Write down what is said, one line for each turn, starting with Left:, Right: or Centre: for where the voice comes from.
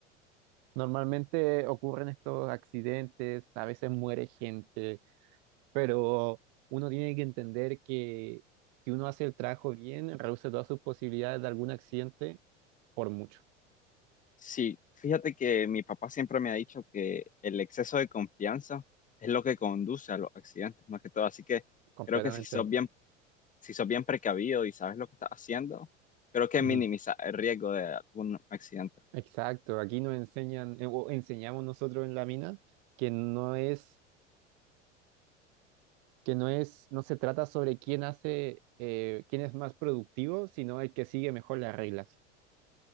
Right: normalmente ocurren estos accidentes, a veces muere gente pero uno tiene que entender que si uno hace el trabajo bien, reduce todas sus posibilidades de algún accidente por mucho,
Left: Sí, fíjate que mi papá siempre me ha dicho que el exceso de confianza es lo que conduce a los accidentes, más que todo. Así que
Right: completamente.
Left: creo que si sos bien, si sos bien precavido y sabes lo que estás haciendo, creo que
Right: Ujú.
Left: minimiza el riesgo de algún accidente.
Right: Exacto, aquí nos enseñan, eh, o enseñamos nosotros en la mina que no es, que no es, no se trata sobre quién hace, eh, quién es más productivo, sino el que sigue mejor las reglas.